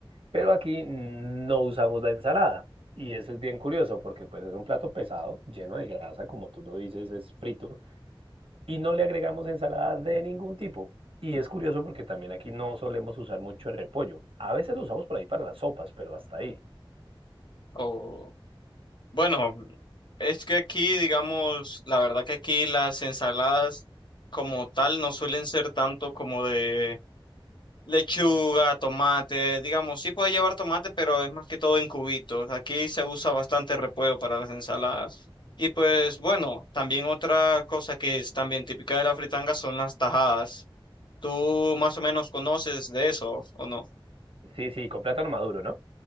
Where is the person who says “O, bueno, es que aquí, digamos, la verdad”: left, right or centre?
Left